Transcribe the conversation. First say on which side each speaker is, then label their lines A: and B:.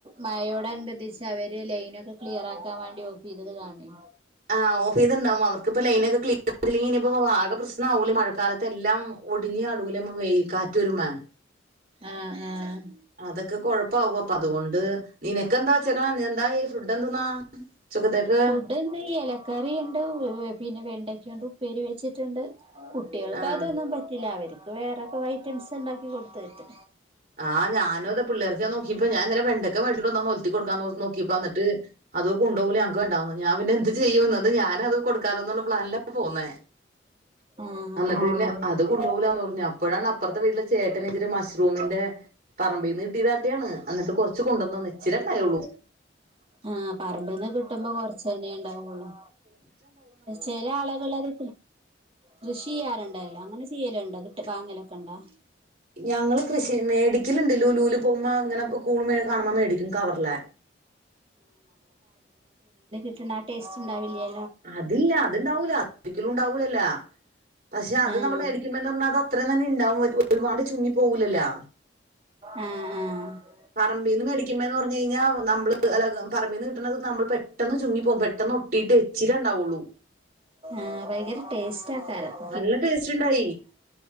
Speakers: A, on the right; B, on the right.
A: മഴയോടനുബന്ധിച്ച് അവര് ലൈനൊക്കെ ക്ലിയർ ആക്കാൻ വേണ്ടി ഓഫ് ചെയ്തത് കാണി
B: ആഹ് ഓഫ്‌ ചെയ്തുണ്ടാവും അവർക്കിപ്പൊ ലൈനൊക്കെ ഇനിയിപ്പോ ആകെ പ്രശ്നമാവൂലേ മഴക്കാലത്ത് എല്ലാം ഒടിഞ്ഞ് കാണുല്ലേ കാറ്റ് വരുമ്പം.
A: ആഹ് ആഹ്
B: അതൊക്കെ കൊഴപ്പാവും അപ്പൊ അതുകൊണ്ട് നിനക്കെന്താ വെച്ചേക്കണ എന്തായി ഫുഡ് എന്തന്നാ ഉച്ചക്കത്തേക്ക്?
A: ഫുഡ് ഇന്ന് ഇലക്കറിയുണ്ട് പിന്നെ വെണ്ടയ്ക്കണ്ട് ഉപ്പേരി വെച്ചിട്ടുണ്ട്. കുട്ടികൾക്ക്
B: ആഹ്
A: അതൊന്നും പറ്റില്ല അവര് അത് വേറെ കൊറെ ഐറ്റംസ് ഉണ്ടാക്കി കൊടുത്തു വിട്ട്.
B: ആഹ് ഞാനും അത് പിള്ളേർക്ക് നോക്കിപ്പോ ഞാൻ ഇന്നലെ വെണ്ടക്ക മേടിച്ചോണ്ട് വന്ന് ഒലത്തി കൊടുക്കാന്ന് ഓർത്ത് നോക്കിപ്പോ എന്നിട്ട് അത് കൊണ്ട് പോകില്ല ഞങ്ങക്ക് വേണ്ടാന്ന് ഞാൻ പിന്നെ എന്ത് ചെയ്യുവെന്ന്? ഞാൻ അത് കൊടുക്കാല്ലോന്നുള്ള പ്ലാനില ഇപ്പൊ പോന്നേ
A: ആഹ്
B: എന്നിട്ട് പിന്നെ അത് കൊണ്ട് പോകൂലാന്ന് പറഞ്ഞു അപ്പോഴാണ് അപ്പുറത്തെ വീട്ടിലെ ചേട്ടൻ ഇച്ചിരി മഷ്‌റൂമിന്റെ പറമ്പിന്ന് കിട്ടിയ കാട്ടിയതാണ് എന്നിട്ട് കുറച്ച് കൊണ്ടുവന്ന് തന്നു ഇച്ചിരിയെ ഉണ്ടായുള്ളു.
A: ആഹ് പറമ്പിൽന്ന് കിട്ടുമ്പോ കൊറച്ചെന്നെ ഉണ്ടാവുള്ളൂ ചില ആളുകളത് കൃഷി ചെയ്യാറുണ്ടല്ലോ അങ്ങനെ ചെയ്യലുണ്ടോ കിട്ട് വാങ്ങലൊക്കെ ഉണ്ടോ?
B: ഞങ്ങള് കൃഷി മേടി ക്കലുണ്ട് ലുലൂല് പോകുമ്പോ ഇങ്ങനെ കൂൺ കാണുമ്പോ മേടിക്കും കവറിലെ.
A: ട്ട്ന്ന ആ ടേസ്റ്റ് ഉണ്ടാവില്ല്യാ
B: അതില്ല അത്ണ്ടാവൂല അത് ഒരിക്കലും ഉണ്ടാവൂലല്ലോ. <inaudible> പക്ഷെ അത്
A: ആഹ്
B: നമ്മൾ മേടിക്കുമ്പോന്ന് പറഞ്ഞാൽ അത് അത്രയും തന്നെ ഉണ്ടാവും ഒരുപാട് ചുരുങ്ങി പോകില്ലല്ലോ
A: ആഹ് ആഹ്
B: പറമ്പിന്ന് മേടിക്കുന്നെന്ന് പറഞ്ഞു കഴിഞ്ഞ നമ്മള് <unintelligible> കിട്ടണത് നമ്മൾ പെട്ടെന്ന് ചുങ്ങി പോകും പെട്ടെന്ന് ഒട്ടിയിട്ട് എച്ചിരി ഉണ്ടാവുള്ളൂ
A: ആഹ് ഭയങ്കര ടേസ്റ്റ് ആക്കാരുന്നു
B: നല്ല ടേസ്റ്റ് ഉണ്ടായി